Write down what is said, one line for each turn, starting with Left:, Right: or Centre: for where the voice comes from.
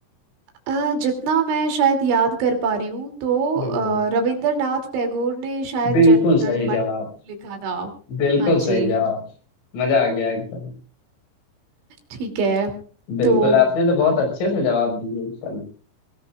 Right: अ, जितना मैं शायद याद कर पा रही हूँ तो अ,
Left: बिल्कुल
Right: रविंद्रनाथ टैगोर ने शायद
Left: बिल्कुल
Right: जनगण
Left: सही
Right: मन
Left: जवाब
Right: लिखा था
Left: बिल्कुल
Right: हाँ जी
Left: सही जवाब मजा आ गया एकदम
Right: ठीक है
Left: बिल्कुल
Right: तो
Left: आपने तो बहुत अच्छे से जवाब दिए एकदम